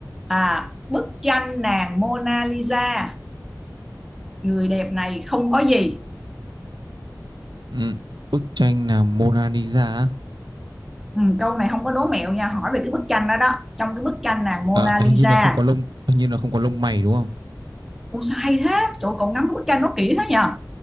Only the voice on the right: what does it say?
ừ. Bức tranh là Mona Lisa á?
à, hình
như là không có lông hình như là không có lông mày đúng không